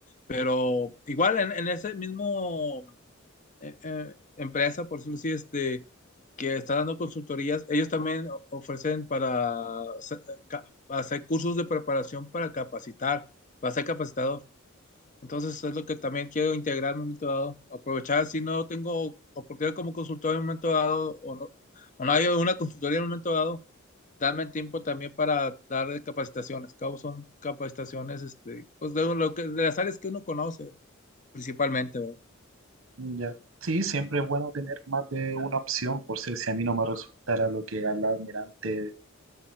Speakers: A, on the left; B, on the right.
A: pero igual en, en ese mismo eh, eh, empresa, por decirlo así, este, que está dando consultorías, ellos también o- ofrecen para hacer ca- hacer cursos de preparación para capacitar, para ser capacitador. Entonces es lo que también quiero integrar en un momento dado. Aprovechar si no tengo oportunidad como consultor en un momento dado o no, o no hay una consultoría en un momento dado, darme el tiempo también para dar capacitaciones. Cabo son capacitaciones este, pues de, lo que, de las áreas que uno conoce principalmente, ¿verdad?
B: Ya. Sí, siempre es bueno tener más de una opción, por ser si a mí no me resultara lo que hablaba antes,